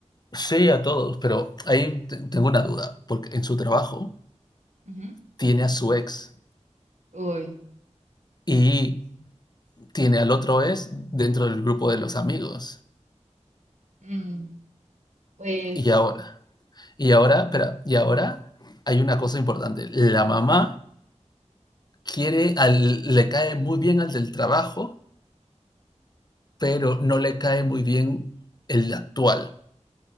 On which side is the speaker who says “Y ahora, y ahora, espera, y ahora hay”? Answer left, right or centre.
Left